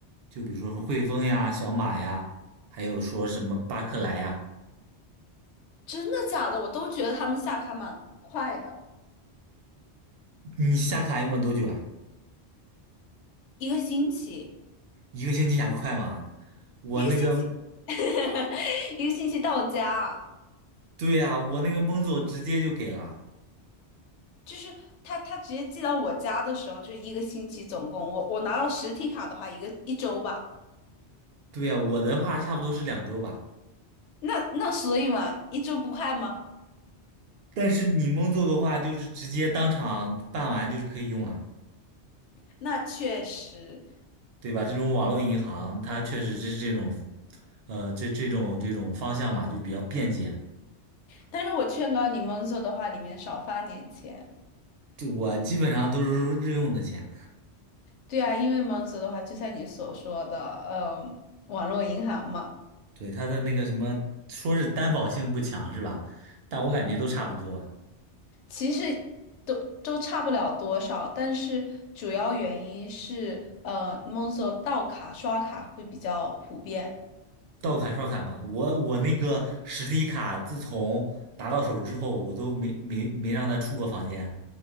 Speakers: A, on the right; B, on the left.
A: 就比如说汇丰呀、小马呀，还有说什么巴克莱呀。
B: 真的假的？我都觉得他们下卡蛮快的，
A: 你下卡用了多久啊？
B: 一个星期，
A: 一个星期还快吗？我那个，
B: 一个星期，<laughs> 一个星期到家。
A: 对呀、我那个蒙总直接就给了。
B: 就是他他直接寄到我家的时候，就是一个星期总共，我我拿到实体卡的话，一个一周吧。
A: 对呀、我的话差不多是两周吧。
B: 那那所以嘛，一周不快吗？
A: 但是你蒙总的话，就是直接当场办完就是可以用了。
B: 那确实，
A: 对吧？这种网络银行，它确实是这种，呃，这这种这种方向嘛，就比较便捷。
B: 但是我劝告你，Monzo 的话里面少发点钱。
A: 就我基本上都是日用的钱，
B: 对啊，因为 Monzo 的话，就像你所说的，嗯，网络银行嘛，
A: 对它的那个什么，说是担保性不强是吧？但我感觉都差不多，
B: 其实都都差不了多少，但是主要原因是，呃，Monzo 盗卡刷卡会比较普遍。
A: 到卡刷卡嘛。我我那个实体卡，自从拿到手之后，我都没没没让它出过房间。